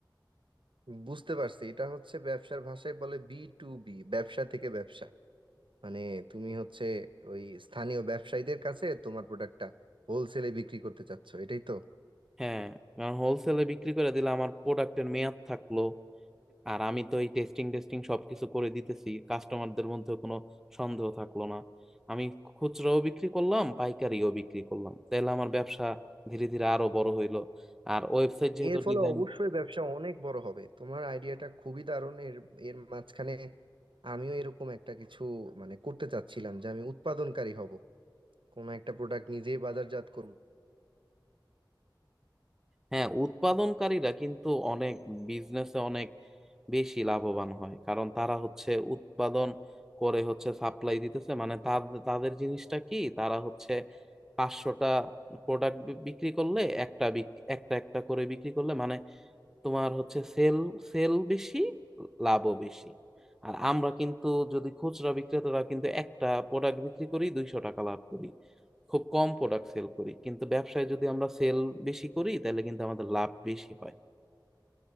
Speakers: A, on the right; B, in the centre.
A: বুঝতে পারছি এটা হচ্ছে ব্যবসার ভাষায় বলে বি টু বি ব্যবসা থেকে ব্যবসা মানে তুমি হচ্ছে ওই স্থানীয় ব্যবসায়ীদের কাছে তোমার প্রোডাক্টটা হোলসেলে বিক্রি করতে চাচ্ছ এটাই তো
B: হ্যাঁ কারণ হোলসেলে বিক্রি করে দিলে আমার প্রোডাক্টের মেয়াদ থাকলো আর আমি তো এই টেস্টিং টেস্টিং সবকিছু করে দিতেছি কাস্টমারদের মধ্যে কোনো সন্দেহ থাকলো না আমি খুচরাও বিক্রি করলাম পাইকারিও বিক্রি করলাম তাহলে আমার ব্যবসা ধীরে ধীরে আরো বড় হইলো আর ওয়েবসাইট যেহেতু
A: এর ফলে
B: ডিজাইন
A: অবশ্যই ব্যবসা অনেক বড় হবে তোমার আইডিয়াটা খুবই দারুণ এর এর মাঝখানে আমিও এরকম একটা কিছু মানে করতে চাচ্ছিলাম যে আমি উৎপাদনকারী হব কোনো একটা প্রোডাক্ট নিজেই বাজারজাত করব
B: হ্যাঁ উৎপাদনকারীরা কিন্তু অনেক বিজনেসে অনেক বেশি লাভবান হয় কারণ তারা হচ্ছে উৎপাদন করে হচ্ছে সাপ্লাই দিতেছে মানে তাদের তাদের জিনিসটা কি তারা হচ্ছে পাঁচশোটা প্রোডাক্ট বিক্রি করলে একটা বিক- একটা একটা করে বিক্রি করলে মানে তোমার হচ্ছে সেল সেল বেশি লাভও বেশি আর আমরা কিন্তু যদি খুচরা বিক্রেতারা কিন্তু একটা প্রোডাক্ট বিক্রি করি দুইশো টাকা লাভ করি খুব কম প্রোডাক্ট সেল করি কিন্তু ব্যবসায় যদি আমরা সেল বেশি করি তাহলে কিন্তু আমাদের লাভ বেশি হয়